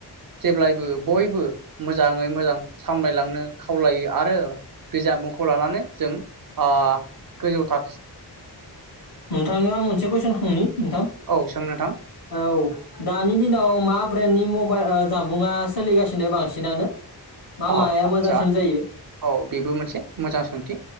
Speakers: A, on the right (about 55°); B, on the left (about 60°).
A: जेब्लायबो बयबो मोजाङै मोजां सामलायलांनो खावलायो आरो बे जामबुंखौ लानानै जों ओ गोजौ था
B: नोंथांनियाव आं मोनसे कुइसन सोंनि नोंथां?
A: औ सों नोंथां
B: औ दानि दिनाव मा ब्रेन नि मबाइल ओ जामबुङा सोलिगासिनो बांसिनानो? मा
A: औ
B: माया
A: आच्छा
B: मोजांसिन जायो
A: औ बेबो मोनसे मोजां सोंथि